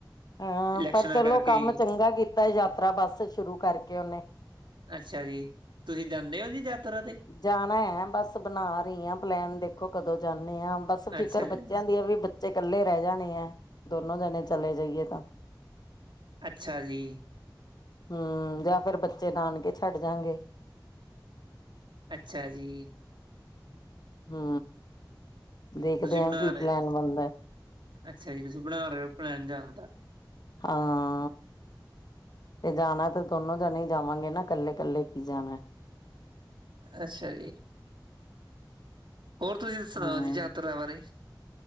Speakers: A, on the left (about 55°); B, on the right (about 75°).
A: ਹਾਂ,
B: ਇਲੈਕਸ਼ਨਾਂ
A: ਪਰ ਚਲੋ
B: ਕਰਕੇ
A: ਕੰਮ
B: ਹੀ
A: ਚੰਗਾ ਕੀਤਾ ਯਾਤਰਾ ਬਸ ਸ਼ੁਰੂ ਕਰਕੇ ਓਨੇ।
B: ਅੱਛਾ ਜੀ, ਤੁਸੀਂ ਜਾਂਨੇ ਓ ਜੀ ਯਾਤਰਾ ਤੇ।
A: ਜਾਨਾ ਏ, ਬਸ ਬਨਾ ਰਈ ਆ ਪਲੈਨ ਦੇਖੋ ਕਦੋਂ ਜਾਂਨੇ ਆ ਬਸ ਫਿਕਰ
B: ਅੱਛਾ ਜੀ
A: ਬੱਚਿਆਂ ਦੀ ਆ ਵੀ ਬੱਚੇ ਕੱਲੇ ਰਹ ਜਾਨੇ ਏ ਦੋਨੋ ਜਨੇ ਚਲੇ ਜਾਈਏ ਤਾਂ।
B: ਅੱਛਾ ਜੀ।
A: ਹੂੰ, ਜਾਂ ਫੇਰ ਬੱਚੇ ਨਾਨਕੇ ਛੱਡ ਜਾਂਗੇ।
B: ਅੱਛਾ ਜੀ।
A: ਹੂੰ। ਦੇਖਦੇ
B: ਤੁਸੀਂ ਬਨਾ
A: ਕੀ
B: ਰੇ
A: ਪਲੈਨ
B: ਆ,
A: ਬਣਦਾ
B: ਅੱਛਾ ਜੀ ਤੁਸੀਂ ਬਨਾ ਰੇ ਓ ਪਲੈਨ ਜਾਨ ਦਾ।
A: ਹਾਂ। ਤੇ ਜਾਨਾ ਤੇ ਦੋਨੋ ਜਨੇ ਜਾਵਾਂਗੇ ਨਾ ਕੱਲੇ-ਕੱਲੇ ਕੀ ਜਾਨਾ।
B: ਅੱਛਾ ਜੀ। ਹੋਰ ਤੁਸੀਂ ਸੁਣਾਓ
A: ਹੂੰ
B: ਜੀ ਯਾਤਰਾ ਬਾਰੇ।